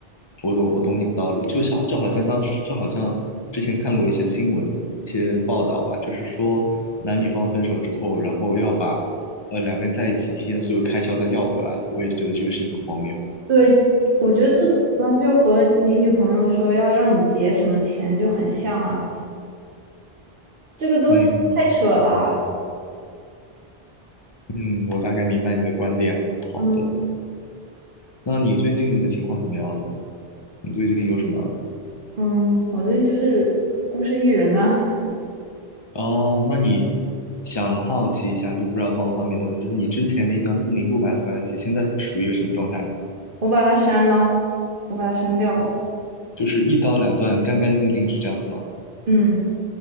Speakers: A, on the left; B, on the right.
A: 我懂，我懂你的道理，就像就好像当时，就好像之前看过一些新闻、一些报道吧，就是说男女方分手之后，然后要把呃两个人在一起期间所有开销再要回来，我也觉得这个事情很荒谬。
B: 对，我觉得这种呢就和你女朋友说要让你结什么钱就很像啊，这个东西太扯了啊。
A: 嗯嗯，我大概明白你的观点了。好的，
B: 嗯
A: 那你最近的情况怎么样呢？你最近有什么？
B: 嗯，我最近就是孤身一人啊，
A: 哦，那你想好奇一下，就不知道方不方便问，就是你之前的一段不明不白的关系，现在属于一个什么状态？
B: <laughs> 我把它删了，我把它删掉了。
A: 就是一刀两断，干干净净是这样子吗？
B: 嗯，